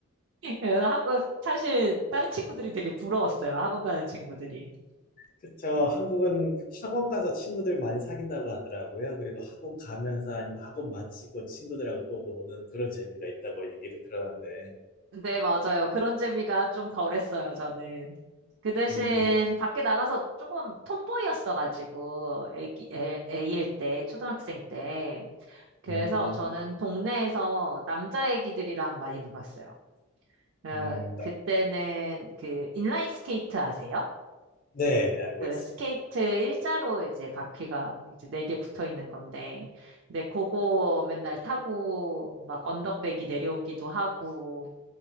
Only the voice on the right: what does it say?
<laughs> 그래서 학원, 사실 다른 친구들이 되게 부러웠어요. 학원 가는 친구들이.
네, 맞아요. 그런 재미가 좀 덜했어요, 저는. 그 대신
밖에 나가서 조금 톰보이였어가지고, 애기, 애, 애일 때, 초등학생 때. 그래서
저는 동네에서 남자 애기들이랑 많이 놀았어요. 어,
그때는 그 인라인 스케이트 아세요?
그
스케이트 일자로 이제 바퀴가 이제 네 개 붙어 있는 건데, 근데 그거 맨날 타고 막 언덕배기 내려오기도 하고